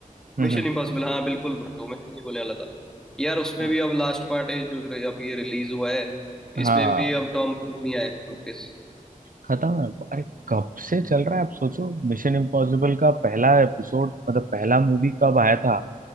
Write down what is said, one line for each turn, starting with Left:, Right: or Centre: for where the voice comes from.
Right: हम्म
Centre: मिशन
Right: हम्म,
Centre: इम्पॉसिबल हाँ बिल्कुल ब्रो मैं यही बोलने वाला था यार उसमें
Right: हाँ
Centre: भी अब लास्ट पार्ट है जो रे- अब ये रिलीज हुआ है
Right: हाँ,
Centre: इसमें भी अब टॉम क्रूज नहीं आएगा वापस
Right: खत्म है अरे कब से चल रहा है आप सोचो मिशन इम्पॉसिबल का पहला एपिसोड मतलब पहला मूवी कब आया था